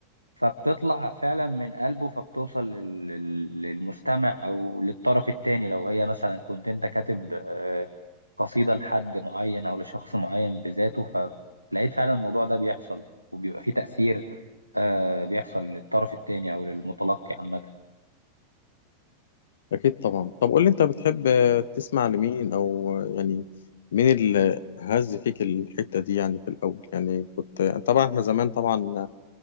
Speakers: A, on the right (about 90°); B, on the left (about 60°).
A: فبتطلع فعلا من قلبه فبتوصل لل- لل- للمستمع او للطرف التاني لو هي مثلا كنت انت كاتب آه، قصيدة لحد معين او لشخص معين بذاته فلقيت فعلا الموضوع ده بيحصل وبيبقى فيه تأثير آه، بيحصل للطرف التاني او للمتلقي عامة
B: أكيد طبعا طب قول لي أنت بتحب تسمع لمين أو يعني مين اللي هز فيك الحتة دي يعني في الأول يعني كنت طبعا إحنا زمان طبعا